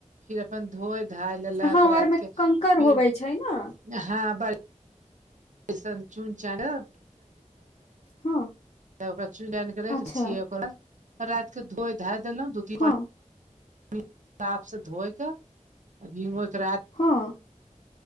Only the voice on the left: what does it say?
हँ
आरमे कंकड़
होबै छै ने
हँ
अच्छा
हँ
हँ